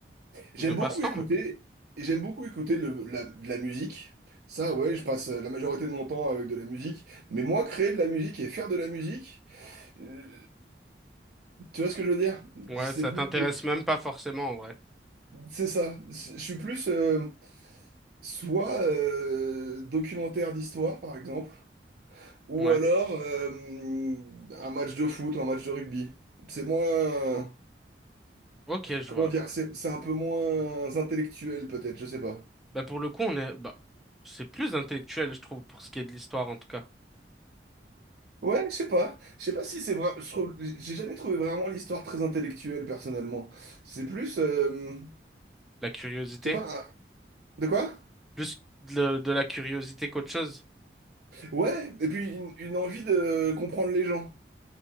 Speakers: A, on the right; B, in the centre.
A: J'aime
B: Ou de passe-temps,
A: beaucoup écouter,
B: même?
A: et j'aime beaucoup écouter le- la, de la musique. Ça, ouais, je passe euh, la majorité de mon temps avec de la musique. Mais moi, créer de la musique et faire de la musique, euh, tu vois ce que je veux dire?
B: Ouais,
A: C'est
B: ça
A: plus,
B: t'intéresse même pas forcément, en vrai.
A: c'est ça. Je suis plus euh, soit euh, documentaire d'histoire, par exemple, ou
B: Ouais.
A: alors euh, un match de foot ou un match de rugby. C'est moins,
B: Ok, je
A: comment
B: vois.
A: dire, c'est c'est un peu moins intellectuel, peut-être, je sais pas.
B: Bah pour le coup, on est bah c'est plus intellectuel, je trouve, pour ce qui est de l'histoire en tout cas.
A: Ouais, je sais pas. Je sais pas si c'est vrai. Je trouve, j'ai jamais trouvé vraiment l'histoire très intellectuelle, personnellement. C'est plus, euh,
B: La curiosité,
A: je sais pas, un- de quoi?
B: plus de, de la curiosité qu'autre chose.
A: Ouais, et puis une, une envie de comprendre les gens.